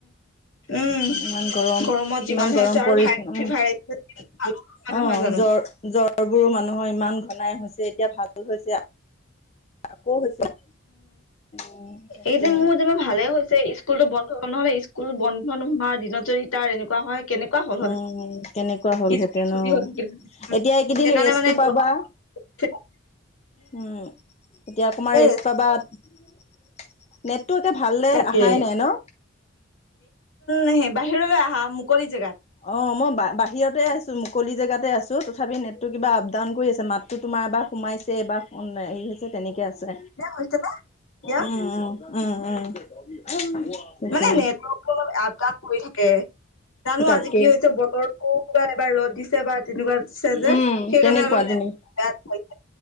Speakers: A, on the left; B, on the left.
A: উম
B: ইমান গৰম
A: গৰমত যিমানহে
B: ইমান গৰম
A: হৈছে আৰু
B: পৰিছে
A: ভাইৰেল
B: উম।
A: ফিভাৰ আহিছে ভালো কথা
B: অ'
A: নহয় জানো।
B: জ্বৰ জ্বৰ বোৰো মানুহ অ' ইমান ঘনাই হৈছে। এতিয়া ভালো হৈছে আকৌ হৈছে। উম তাকে
A: এই যে মোৰ যে ভালেই হৈছে। স্কুলতো বন্ধ হল, নহ'লে স্কুল বন্ধ নোহোৱা দিনত যদি তাৰ এনেকুৱা হয়, কেনেকুৱা হ'ল হ'লে,
B: উম কেনেকুৱা হ'লহেঁতেন
A: স্কুল খতি
B: অ
A: হ'ল হ'লে সেইকাৰণে
B: এতিয়া এইকেইদিন ৰেষ্টটো
A: মানে-
B: পাবা
A: <unintelligible>
B: উম এতিয়া অকমান
A: সেই
B: ৰেষ্ট পাবা, নেট টো এতিয়া ভাললে
A: তাকে
B: অহাই নাই ন?
A: নাহে বাহিৰলৈ আহা মুকলি জেগাত।
B: অ' মই বা বাহিৰতে আছো, মুকলি জেগাতে আছো আছো তথাপিও নেটটো কিবা আপ ডাউন কৰি আছে, মাতটো তোমাৰ এবাৰ সোমাইছে এইবাৰ হেৰি হৈছে তেনেকে আছে।
A: হৈছে নে এতিয়া
B: উম উম উম উম। তাকে
A: মানে নেটৱৰ্কটো অলপ আপডাউন কৰি থাকে। জানো
B: তাকে
A: আজি কি হৈছে বতৰটো কিবা এবাৰ ৰ'দ দিছে। এবাৰ তেনেকুৱা দিছে যে,
B: উম
A: সেইকাৰণে
B: তেনেকুৱা
A: অলপ নেট
B: তেনে
A: <unintelligible>